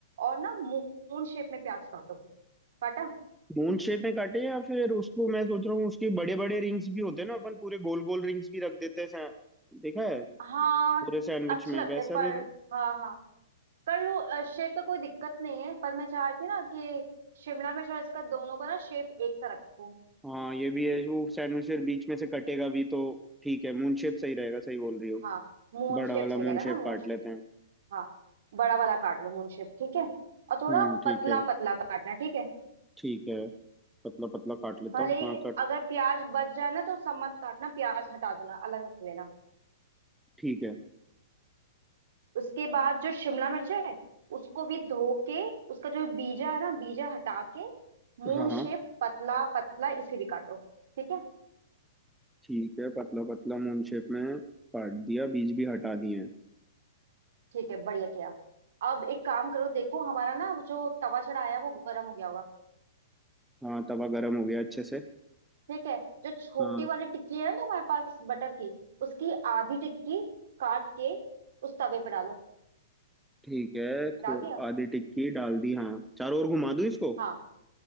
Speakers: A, on the right; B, in the centre.
A: और ना मून शेप में प्याज काटो काटा
B: मून शेप में काटे या फिर उसको मैं सोच रहा हूँ उसके बड़े बड़े रिंग्स भी होते हैं ना अपन पूरे गोल गोल रिंग्स भी रख देते हैं सा- देखा है
A: हाँ
B: पूरे सैंडविच
A: अच्छे
B: में
A: लगते
B: वैसा
A: हैं, पर
B: भी रहे।
A: हाँ हाँ कर लो शेप का कोई दिक्कत नहीं है पर मैं चाह रही थी ना कि शिमला मिर्च और इसका दोनों का ना शेप एक सा रखूं
B: हाँ ये भी है वो सैंडविच फिर बीच में से कटेगा भी तो ठीक है मून शेप सही रहेगा सही बोल रही हो
A: हाँ मून
B: बड़ा
A: शेप
B: वाला
A: सही
B: मून
A: रहेगा ना
B: शेप
A: मून
B: काट
A: शेप
B: लेते हैं
A: हाँ बड़ा वाला काट लो मून शेप ठीक है और थोड़ा
B: हम्म ठीक
A: पतला
B: है
A: पतला काटना ठीक है
B: ठीक है पतला पतला काट लेता
A: भले
B: हूँ
A: ही
B: हाँ कट
A: अगर प्याज बच जाए ना तो सब मत काटना प्याज हटा देना अलग रख लेना
B: ठीक है
A: उसके बाद जो शिमला मिर्च है उसको भी धो के उसका जो बीजा है ना बीजा हटा के मून
B: हाँ हाँ
A: शेप पतला पतला इसे भी काटो ठीक है
B: ठीक है पतला पतला मून शेप में काट दिया बीज भी हटा दिए हैं
A: ठीक है बढ़िया किया अब एक काम करो देखो हमारा ना वो जो तवा चढ़ाया है, वो गर्म हो गया होगा
B: हाँ तवा गरम हो गया अच्छे से
A: ठीक है जो छोटी
B: हाँ
A: वाली टिक्की है ना हमारे पास बटर की उसकी आधी टिक्की काट के उस तवे पे डालो
B: ठीक है
A: डाल
B: खो
A: दिया
B: आधी टिक्की डाल दी हाँ चारों ओर घुमा दूं इसको
A: हाँ